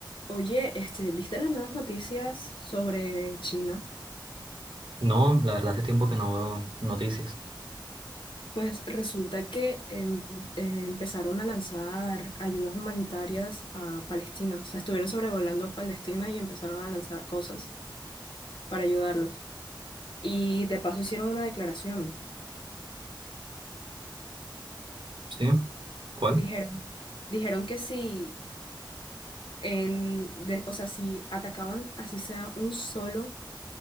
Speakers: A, on the left; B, on the right.
A: Oye, este, ¿viste las nuevas noticias sobre China?
B: No, la verdad hace tiempo que no veo noticias.
A: Pues resulta que em, eh, empezaron a lanzar ayudas humanitarias a Palestina. O sea, estuvieron sobrevolando a Palestina y empezaron a lanzar cosas para ayudarlos. Y de paso hicieron una declaración.
B: ¿Sí? ¿Cuál?
A: Dijeron, dijeron que si en, de- o sea, si atacaban así sea un solo